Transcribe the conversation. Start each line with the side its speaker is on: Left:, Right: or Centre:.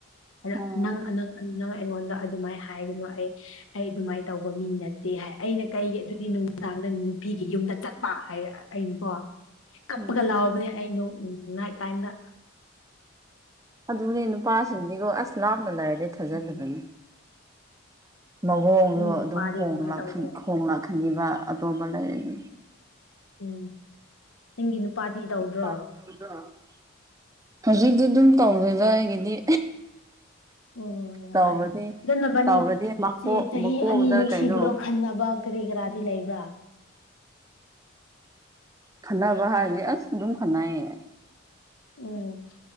Left: ꯑꯗ
Right: ꯎꯝ
Left: ꯅꯪ ꯅꯪ ꯑꯩꯉꯣꯟꯗ ꯑꯗꯨꯃꯥꯏꯅ ꯍꯥꯏꯒꯅꯨ ꯑꯩ ꯑꯩ ꯑꯗꯨꯃꯥꯏꯅ ꯇꯧꯕ ꯃꯤ ꯅꯠ ꯇ‌ꯦ ꯍꯥꯏ ꯑꯩꯅ ꯀꯩꯒꯤ ꯑꯗꯨꯗꯤ ꯅꯨꯡꯗꯥꯡꯗ ꯅꯨꯄꯤꯒꯤ ꯌꯨꯝꯗ ꯆꯠꯄ ꯍꯥꯏ ꯑꯩꯅꯀꯣ ꯀꯞꯄꯒ
Right: ꯎꯝ
Left: ꯂꯥꯎꯕꯅꯦ ꯑꯩ ꯅ‌‌ꯣ ꯅꯥꯏꯠ ꯇꯥꯏꯝꯗ
Right: ꯑꯗꯨꯅꯤ ꯅꯨꯄꯥꯁꯤꯡꯗꯤꯒꯣ ꯑꯁ ꯂꯥꯞꯅ ꯂꯩꯔꯗꯤ ꯊꯥꯖꯗꯕꯅꯤ
Left: ꯎꯝ
Right: ꯃꯑꯣꯡꯗꯣ
Left: ꯅꯪ ꯅꯨꯄꯥꯗꯤ
Right: ꯑꯗꯨꯝ ꯍꯣꯡꯂꯛꯈꯤ
Left: ꯑꯗꯨꯃꯥꯏꯅ ꯇꯧꯗ꯭ꯔꯣ
Right: ꯍ‌ꯣꯡꯂꯥꯛꯈꯅꯤꯕ ꯑꯇꯣꯞꯄ ꯂꯩꯔꯗꯤ
Left: ꯎꯝ ꯅꯪꯒꯤ ꯅꯨꯄꯥꯗꯤ
Right: <inaudible>
Left: ꯇꯧꯗ꯭ꯔꯣ
Right: ꯍꯧꯖꯤꯛꯇꯤ ꯑꯗꯨꯝ ꯇꯧꯗꯗ ꯑꯩꯒꯤꯗꯤ
Left: ꯑꯣ ꯌꯥꯝ
Right: ꯇꯧꯕꯗꯤ
Left: ꯐꯩ ꯑꯗꯨꯅ ꯕꯥꯅꯤ
Right: ꯇꯧꯔꯗꯤ ꯃꯀꯣꯛ
Left: ꯆꯍꯤ
Right: ꯃꯀꯣꯛꯗ
Left: ꯑꯅꯤ ꯅꯨꯡꯁꯤꯕꯗꯣ
Right: ꯀꯩꯅꯣ
Left: ꯈꯟꯅꯕ ꯀꯔꯤ ꯀꯔꯥꯗꯤ ꯂꯩꯕ꯭ꯔꯥ
Right: ꯈꯠꯅꯕ ꯍꯥꯏꯔꯗꯤ ꯑꯁ ꯑꯗꯨꯝ ꯈꯅꯩꯌꯦ
Left: ꯎꯝ